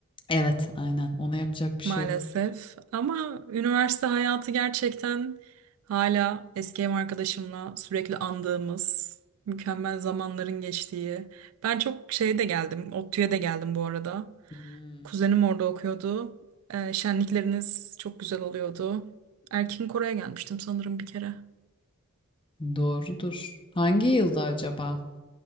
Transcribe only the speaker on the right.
maalesef.
Ama üniversite hayatı gerçekten hala eski ev arkadaşımla sürekli andığımız, mükemmel zamanların geçtiği. Ben çok şeye de geldim, ODTÜ'ye de geldim bu arada.
Kuzenim orada okuyordu. Ee, şenlikleriniz çok güzel oluyordu. Erkin Koray'a gelmiştim sanırım bir kere.